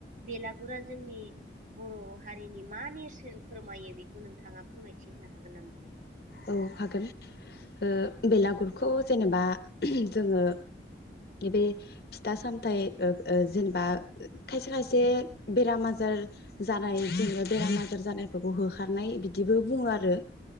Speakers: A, on the right; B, on the left.
A: बेलागुरा जोंनि बर' हारिनि मा नेरसोन फोरमायो बेखौ नोंथाङा फोरमायथि होनो हागोन नामा
B: औ हागोन ओ बेलागुरखौ
A: औ
B: जेनेबा जोङो बे फिथा सामथाय ओ ओ जेनेबा खसे खायसे बेराम आजार जान नाय जोङो बेमार
A: औ
B: आजार जानाय बेखौ होखारनाय बिदिबो बुङो आरो